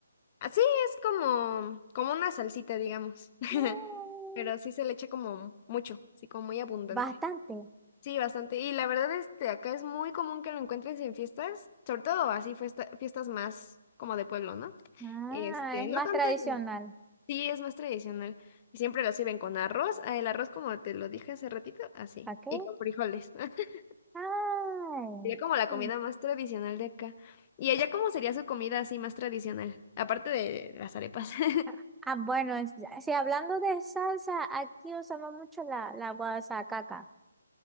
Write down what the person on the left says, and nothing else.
Así es como, como una salsita, digamos. <laughs>
Pero sí se le echa como mucho, así como muy abundante.
Sí, bastante. Y la verdad, este, acá es muy común que lo encuentres en fiestas, sobre todo así fiesta- fiestas más como de pueblo, ¿no?
Este,
no
tanto
en... Sí, es más tradicional. Y siempre lo sirven con arroz. Ah, El arroz, como te lo dije hace ratito, así.
Y con frijoles. <laughs>
Sería como la
comida más tradicional de acá. ¿Y allá cómo sería su comida así más tradicional? Aparte de las arepas. <laughs>